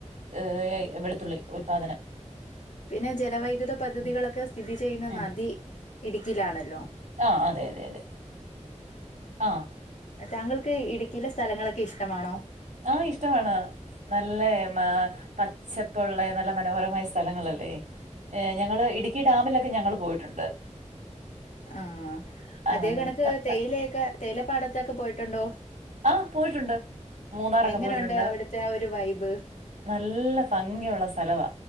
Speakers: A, on the right; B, on the left.
A: ഏഹ് വെളുത്തുള്ളി ഉൽപാദനം
B: പിന്നെ ജലവൈദ്യുത പദ്ധതികളൊക്കെ
A: ഉം
B: സ്ഥിതി ചെയ്യുന്ന
A: ഉം
B: നദി ഇടുക്കിലാണല്ലോ
A: ആഹ് അതെ അതെ അതെ ആഹ്
B: താങ്കൾക്ക് ഇടുക്കിയിലെ സ്ഥലങ്ങളൊക്കെ ഇഷ്ട്ടമാണോ
A: ആഹ് ഇഷ്ട്ടമാണ് നല്ലേ മ പാപ്പൊള്ളെ നല്ല മനോഹരമായ സ്ഥലങ്ങളല്ലേ ഏഹ് ഞങ്ങള് ഇടുക്കി ഡാമിലൊക്കെ ഞങ്ങൾ പോയിട്ടുണ്ട്
B: ആഹ്
A: ആഹ്
B: അതേ കണക്ക്
A: ത ത
B: തേയില ഒക്കെ തേയിലപ്പാടത്തൊക്കെ പോയിട്ടുണ്ടോ?
A: ആഹ് പോയിട്ടുണ്ട്. മൂന്നാറൊക്കെ
B: എങ്ങനൊണ്ട്
A: പോയിട്ടുണ്ട്.
B: അവിടുത്തെ ആ ഒരു വൈബ്.
A: നല്ല ഫംഗിയുള്ള സ്ഥലവാ.